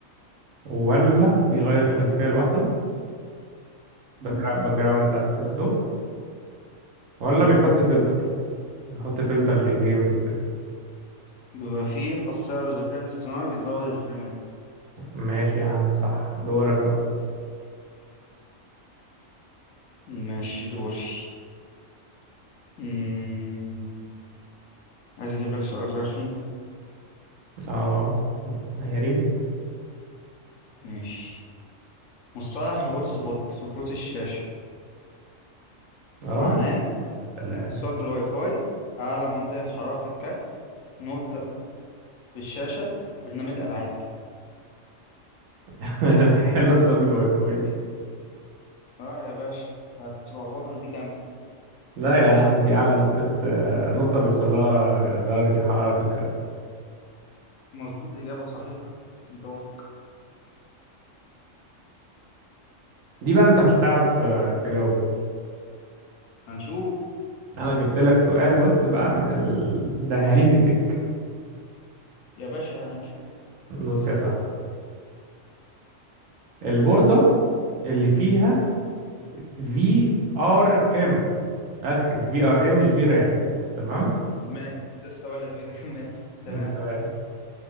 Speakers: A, on the right (about 75°); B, on the left (about 80°).
A: ولا بيغير الخلفية لوحده باك جراوند بتاع الديسك توب ولا
B: مم.
A: بيحط فلتر بيحط فلتر للجيمز وكده
B: بيبقى فيه خاصية بالذكاء الاصطناعي بيزود الفريمات
A: ماشي يا عم صح دورك بقى
B: ماشي دوري مم. عايز اجيب لك سؤال رخم
A: اه يا ريت
B: ماشي مصطلح الهوت سبوت في كروت الشاشة
A: اه
B: معناه
A: سلام
B: اتصال بالواي فاي أعلى منطقة حرارة في الكارت نقطة في الشاشة برنامج ألعاب
A: <laughs> حلوة اتصال بالواي فاي دي
B: اه يا باشا هتلخبطك دي جامد
A: لا يا عم دي أعلى نقطة آه، نقطة بيوصل لها درجة الحرارة في الكهرباء
B: مظبوط إجابة صحيحة دورك
A: دي بقى انت مش هتعرف آه،
B: دورك
A: تجاوبها
B: هنشوف
A: انا جبت لك سؤال بص بقى من الدهاليز التك
B: يا باشا هنشوف
A: بص يا صاحبي البوردة اللي فيها في ار ام ركز في ار ام مش في رام تمام
B: ماشي لسه أقول لك كده <laughs> ماشي تمام
A: انت